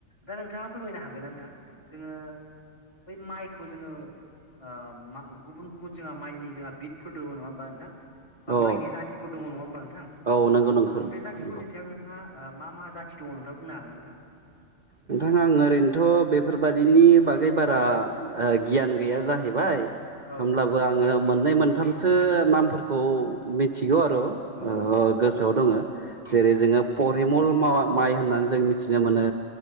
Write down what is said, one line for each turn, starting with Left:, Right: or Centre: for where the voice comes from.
Left: दा नोंथाङा फोरमायनो हागोना नोंथां जोंङो बै माइखौ जोंङो ओ गुबुन गुबुन जोंहा माइनि जोंहा बिदफोर दंङ नङा होमबा नोंथां बा
Right: औ
Left: माइनि जाथिफोर दंङ नङा होमबा नोंथां
Right: औ नंगौ नंगौ
Left: बे जाथिफोरनि
Right: नंगौ
Left: सायाव नोंथाङा ओ मा मा जाथि दङ नोंथांङा बुंनो हागोन नोंथां।
Right: नोंथाङा आं ओरैनोथ' बेफोरबादिनि बागै बारा ओ गियान गैया
Left: औ
Right: जाहैबाय
Left: औ
Right: होमब्लाबो
Left: नोंथां औ
Right: आंङो मोननै मोनथामसो नामफोरखौ मिथिगौ आर'
Left: गोसोआव
Right: ओ
Left: औ नोंथां
Right: गोसोआव
Left: औ
Right: दंङ जेरै
Left: औ नोंथां
Right: जोंङो परिमल माइ होननानै जों मिथिनो मोनो